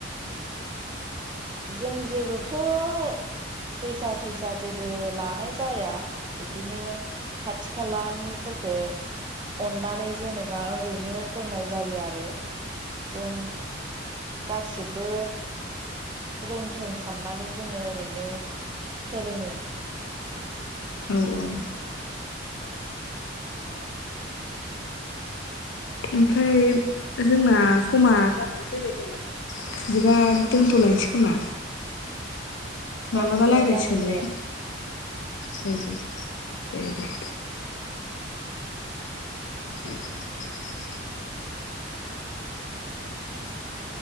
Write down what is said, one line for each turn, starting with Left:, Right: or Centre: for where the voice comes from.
Right: जों जेबोथ' फैसा थैसा जेबो लानाय जाया बिदिनो खाथि खालानि फोरखौ अननानै जेनेबा ओरैनो फोरोंनाय जायो आरो जेन गासिबो रोंथों साननानै जोङो ओरैनो फोरोङो।
Left: औ औ ओमफ्राय जोंना समा जानानै फैबाय खोमा। बिदिबा दोनथ'लायनोसै खोमा मालाबा
Right: औ दे
Left: रायलायसिगोनलाय
Right: जागोन दे
Left: औ दे दे दे। <inaudible>
Right: मा जाखो?